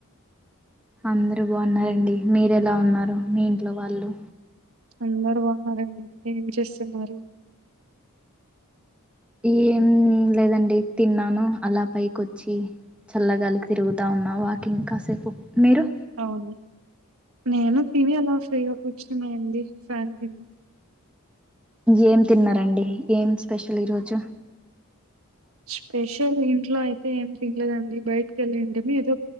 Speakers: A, in the centre; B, on the right.
A: అందరు బాగున్నారంండి మీరెలా ఉన్నారు మీ ఇంట్లో వాళ్ళు
B: అందరు బాగున్నారండి ఏం చేస్తున్నారు
A: ఏం లెదండి తిన్నాను అలా పైకి వచ్చి చల్లగాలి తిరుగుతా ఉన్నా వాకింగ్ కాసేపు మిరు
B: అవును నేను తిని అల ఫ్రీగా కూర్చున్నా అండి ఫ్యాన్ కి
A: ఏం తిన్నరండి ఏం స్పెషల్ ఈరోోజు
B: స్పెషల్ ఇంట్లో అయితే ఏం తినలేదండి బయటికి వెళ్ళింటేమ ఏదో